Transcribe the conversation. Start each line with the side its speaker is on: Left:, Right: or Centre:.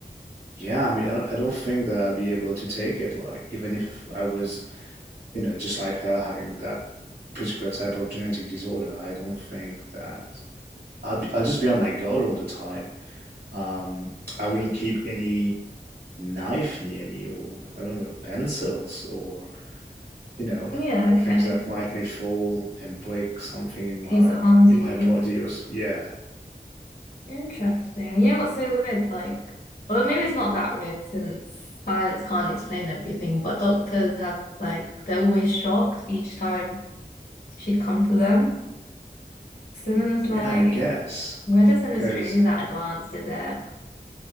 Right: yeah I mean I, I don't think that I'll be able to take it like even if I was you know just like her having that particular type of genetic disorder I don't think that I'll be I'll just be on my guard all the time um I wouldn't keep any knife near me or I don't know pencils or you know,
Left: Yeah, okay.
Right: things that might me fall and break something in my
Left: In case it harms
Right: in
Left: you.
Right: my body or yeah.
Left: Interesting. you know what's so weird? Like, well, maybe it's not that weird since science can't explain everything, but doctors have, like, they're always shocked each time she'd come to them. So then it's like,
Right: Yeah, I guess.
Left: medicine
Right: Cause
Left: isn't really that advanced, is it?